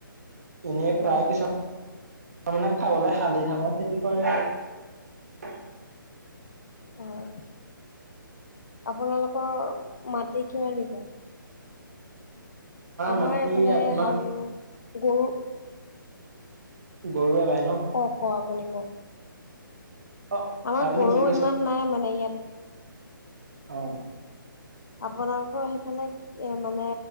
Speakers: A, on the right (about 45°); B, on the left (about 50°).
A: ইনে
B: হয়
A: প্ৰায় কিছু ত মানে খাবলৈ শালি ধানৰ খেতি কৰে আৰু।
B: হয় আপোনালোকৰ মাটি কিমান বিঘা? আমাৰ
A: মাটি
B: এইফালে
A: আপোনাৰ
B: হাল গৰু
A: গৰুৱে বায়।
B: কওক ক আপুনি কওক?
A: অ
B: আমাৰ
A: আপুনি
B: গৰু
A: কি
B: ইমান নাই মানে ইয়াত
A: অঁ।
B: আপোনালোকৰ সেইফালে কি এ মানে